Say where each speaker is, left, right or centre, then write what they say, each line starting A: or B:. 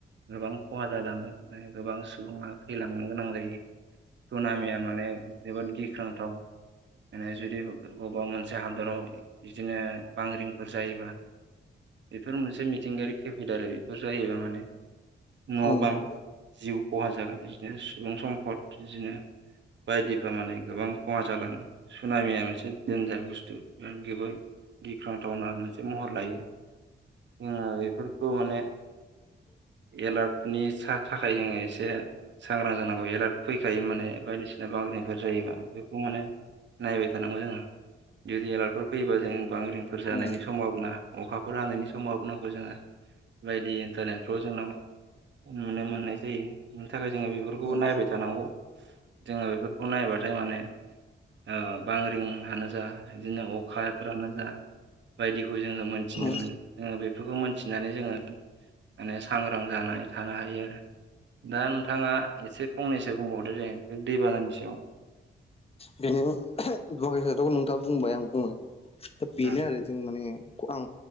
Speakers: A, on the right (about 70°); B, on the left (about 30°).
A: गोबां खहा जालांङो ओमफ्राय गोबां सुबुंङा थैलांनो गोनां जायो। सुनामिया माने जोबोद गिख्रांथाव। माने जुदि बबेबा मोनसे हादराव बिदिनो बांग्रिंफोर जायोबा बेफोर मोनसे मिथिंगायारि खैफोद आरो बेफोर जायोबा माने न'
B: उम
A: बां जिउ खहा जागोन बिदिनो सुबुं सम्फद बिदिनो बायदिफ्रा माने गोबां खहा जालांङो सुनामिया मोनसे देनजार बुस्थु बिफोर गोबां गिख्रांथावना मोनसे महर लायो जोंङो बेफोरखौ माने
B: <inaudible>
A: एलार्टनि सा थाखाय जोंङो एसे सांग्रां जानांगौ एलार्ट फैखायो माने बायदिसिना बांद्राय फोर जायोबा बेफोरखौ माने नायबाय थानांगौ जोंङो‌ जुदि एलार्टफोर फैयोबा जों बांग्रि फोर जानायनि
B: उम
A: संभावना अखाफोर हानायनि समावाबो नांगौ जोंङो बायदि इन्टारनेटफ्राव जोंनाव नुनो मोननाय जायो बेनि थाखाय जोंङो बेफोरखौबो नायबाय
B: उम
A: थानांगौ। जोंङो बेफोरखौ नायबाथाय माने ओ बांग्रिं होनो बा बिदिनो अखाफ्रानो जा बायदिखौ जोंङो मोनथिनो
B: उम
A: मोन जोंङो बेफोरखौ मिथिनानै जोङो माने सांग्रां जानानै थानो हायो आरो। दा नोंथाङा एसे फंनैसो बुंबावदो दे बे दैबानानि सायाव?
B: बेनो <unintelligible> नोंथाङा बुंबाय आं बुङो दा बेनो
A: उम
B: आरो जों माने आं